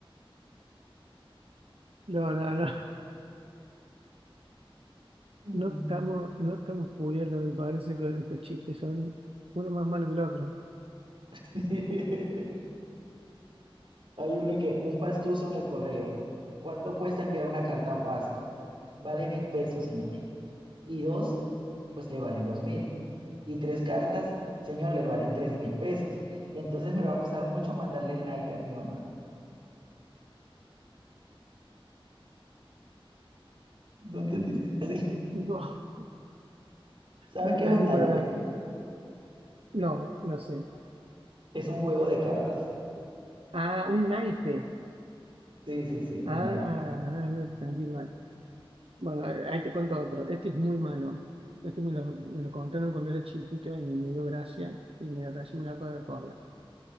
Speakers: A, on the right; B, on the right.
A: No, no, no.
B: Mm.
A: No estamos, no estamos pudiendo me parece, con estos chistes. Son uno más malo que el otro.
B: <laughs> Hay uno que, un pastuso en el correo. ¿Cuánto cuesta enviar una carta a Pasto? Vale mil pesos, señor. Y dos, pues le valen dos mil. Y tres cartas, señor, le valen tres mil pesos. Entonces me va a costar mucho mandarle el naipe a mi mamá. ¿No entendiste? <laughs> Así,
A: <laughs>
B: ¿sabes
A: No, no
B: qué
A: entendí,
B: es un naipe?
A: pero ah, no, no sé.
B: Es un juego de cartas.
A: Ah, un naipe.
B: Sí, sí, sí,
A: Ah,
B: un naipe.
A: ah, no entendí mal. Bueno, a- ahí te cuento otro. Este es muy malo. Este me lo, me lo contaron cuando era chiquito y me dio gracia. Y me casi me lo acabo de acordar.